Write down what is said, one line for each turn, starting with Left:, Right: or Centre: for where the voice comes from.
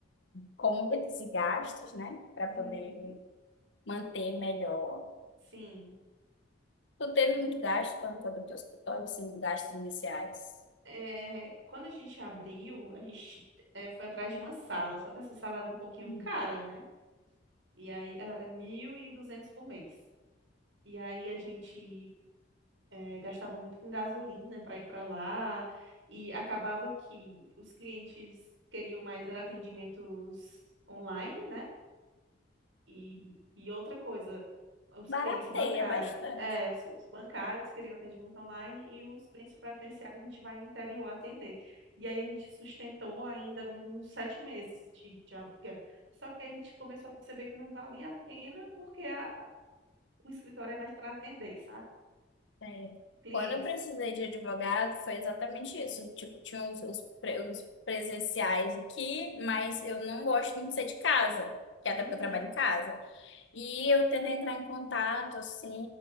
Left: como reduzir gastos, né? Para poder
Right: Uhum,
Left: manter melhor.
Right: sim.
Left: Tu teve muito gasto quando tu abriu teu escritório, assim, de gastos iniciais?
Right: É, quando a gente abriu, a gente é, foi atrás de uma sala, só que essa sala era um pouquinho
Left: Uhum.
Right: cara, né? E aí ela era 1.200 por mês. E aí a gente é, gastava muito com gasolina para ir para lá, e acabava que os clientes queriam mais era atendimentos online, né? E, e outra coisa, os clientes
Left: Barateia
Right: bancários.
Left: bastante.
Right: É, os, os bancários queriam atendimento online e os clientes previdenciários a gente vai no interior atender. E aí a gente sustentou ainda uns sete meses de, de aluguel. Só que aí a gente começou a perceber que não valia a pena porque a- o escritório é mais para atender, sabe?
Left: É.
Right: Clientes.
Left: Quando eu precisei de advogado, foi exatamente isso. Tipo, tinha os, os, pre- os presenciais aqui, mas eu não gosto muito de ser de casa, que é até
Right: Uhum.
Left: porque eu trabalho em casa. E eu tentei entrar em contato, assim,